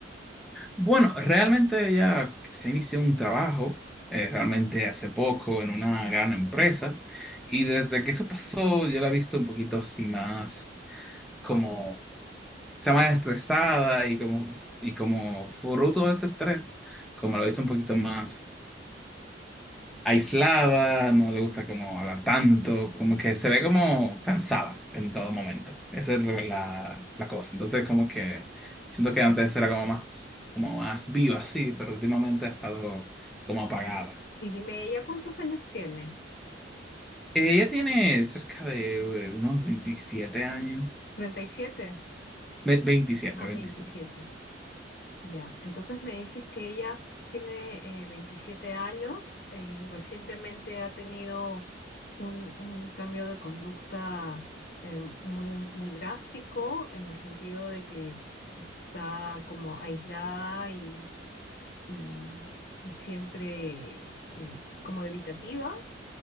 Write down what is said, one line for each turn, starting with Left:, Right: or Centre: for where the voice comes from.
Centre: Bueno, realmente ella se inició un trabajo, eh, realmente hace poco, en una gran empresa, y desde que eso pasó, yo la he visto un poquito así más como, está más estresada y como, y como fruto de ese estrés, como la he visto un poquito más aislada, no le gusta como hablar tanto, como que se ve como cansada en todo momento. Esa es lo- la, la cosa. Entonces, como que siento que antes era como más, como más viva, sí, pero últimamente ha estado como apagada.
Left: Y dime, ¿ella cuántos años tiene?
Centre: Eh, Ella tiene cerca de eh, unos veintisiete años.
Left: 37.
Centre: Ve- veintisiete
Left: Ah,
Centre: veintisiete
Left: 27. Ya, entonces me dices que ella tiene eh, 27 años, eh, recientemente ha tenido un, un cambio de conducta eh, muy, muy drástico en el sentido de que está como aislada y, y siempre eh, como evitativa,